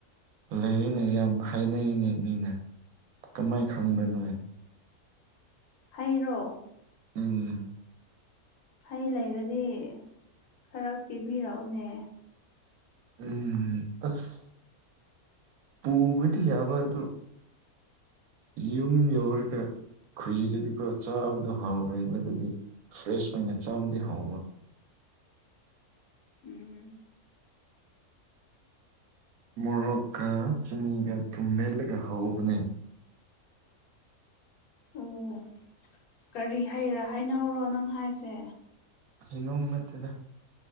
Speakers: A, on the right; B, on the left.
A: ꯂꯩꯔꯦꯅꯦ ꯌꯥꯝ ꯍꯥꯏꯅꯩꯅꯦ ꯃꯤꯅ ꯀꯃꯥꯏ ꯈꯪꯕ꯭ꯔꯥ ꯅꯣꯏ
B: ꯍꯩꯔꯣ
A: ꯎꯝ
B: ꯍꯩ ꯂꯩꯔꯗꯤ ꯈꯔ ꯄꯤꯕꯤꯔꯛꯎꯅꯦ
A: ꯎꯝ ꯑꯁ ꯄꯨꯕꯗꯤ ꯌꯥꯕ ꯑꯗꯨ ꯌꯨꯝ ꯌꯧꯔꯒ ꯈꯨꯏꯔꯗꯤꯀꯣ ꯆꯥꯕꯗꯣ ꯍꯥꯎꯔꯣꯏꯕ ꯑꯗꯨꯒꯤ ꯐ꯭ꯔꯦꯁ ꯑꯣꯏꯅ ꯆꯥꯕꯗꯤ ꯍꯥꯎꯕ
B: ꯎꯝ
A: ꯃꯣꯔꯣꯛꯀ ꯆꯤꯅꯤꯒ ꯊꯨꯝ ꯃꯦꯠꯂꯒ ꯍꯥꯎꯕꯅꯦ
B: ꯑꯣ ꯀꯔꯤ ꯍꯩꯔꯥ ꯍꯥꯏꯅꯧꯔꯣ ꯅꯪ ꯍꯥꯏꯁꯦ
A: ꯍꯩꯅꯧ ꯅꯠꯇꯦꯗ